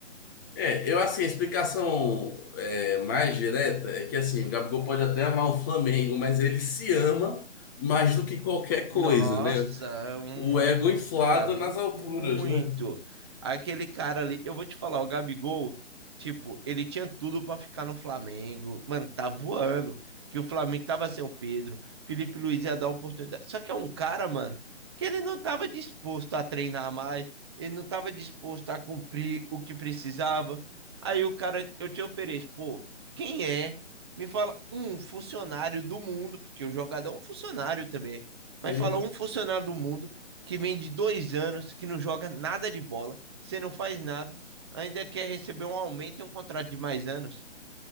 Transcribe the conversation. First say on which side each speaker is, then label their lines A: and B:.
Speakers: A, on the left; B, on the right.
A: É, eu assim, a explicação é, mais direta é que assim, o Gabigol pode até amar o Flamengo, mas ele se ama mais do que qualquer
B: Nossa,
A: coisa, né?
B: é um
A: O ego
B: ego,
A: inflado
B: mano,
A: nas alturas,
B: muito.
A: né?
B: Aquele cara ali, eu vou te falar, o Gabigol, tipo, ele tinha tudo pra ficar no Flamengo. Mano, tá voando. Que o Flamengo tava sem o Pedro, Felipe Luiz ia dar oportunidade. Só que é um cara, mano, que ele não tava disposto a treinar mais, ele não tava disposto a cumprir o que precisava. Aí o cara, eu te ofereço, pô, quem é? Me fala um funcionário do mundo, porque o jogador é um funcionário também mas
A: Sim.
B: fala um funcionário do mundo que vem de dois anos, que não joga nada de bola, você não faz nada, ainda quer receber um aumento e um contrato de mais anos.